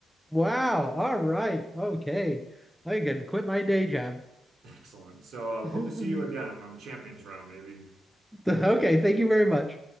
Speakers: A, in the centre; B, on the right.
A: Wow. All right. Okay. I can quit my day job.
B: Excellent. So uh,
A: <laughs>
B: hope to see you again on the champions round, maybe.
A: Okay. Thank you very much.